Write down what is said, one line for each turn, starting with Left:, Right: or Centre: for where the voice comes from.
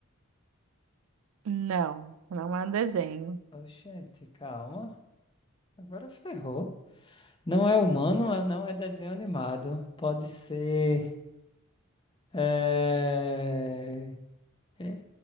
Right: não. Não é um desenho.
Left: Oxente, calma. Agora ferrou. Não é humano, é- não é desenho animado. Pode ser. É... É